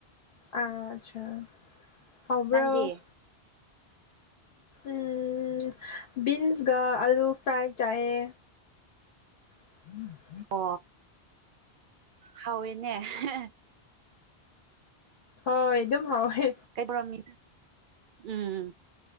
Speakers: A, on the left (about 60°); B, on the right (about 60°).
A: ꯑ ꯑꯆꯥ ꯍꯥꯎꯕ꯭ꯔꯣ
B: ꯅꯪꯗꯤ
A: ꯎꯝ ꯕꯤꯟꯁꯒ ꯑꯂꯨ ꯐ꯭ꯔꯥꯏ ꯆꯥꯏꯑꯦ <unintelligible>
B: ꯑꯣ ꯍꯥꯎꯋꯦꯅꯦ ꯍ
A: ꯍꯣꯏ ꯑꯗꯨꯝ ꯍꯥꯎꯋꯦ
B: ꯀꯩ ꯄꯧꯔꯝꯃꯤ ꯎꯝ